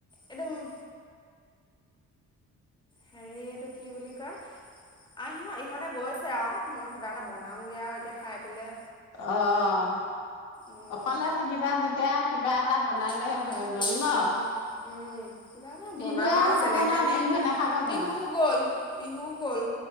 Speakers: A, on the left (about 15°); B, on the left (about 80°).
A: এটো উম হেৰি এইটো কি বুলি কয়, আহ সিহঁত ইহঁতে গৈছে আউ মই কিবা এটা বনামগে আৰু এতিয়া খাই পেলে।
B: অ'।
A: উম।
B: অকলে থাকিবা যেতিয়া কিবা এটা বনালে
A: অকলে
B: হৈ
A: থাকিম
B: গ'ল ন'।
A: অ', উম। কিবা এটা
B: পিহুৱে
A: বনাম আৰু
B: খাব
A: যেনে
B: নহয়
A: তেনে
B: পিহুৱে নাখাব
A: পিহু
B: জানো
A: গ'ল পিহু গ'ল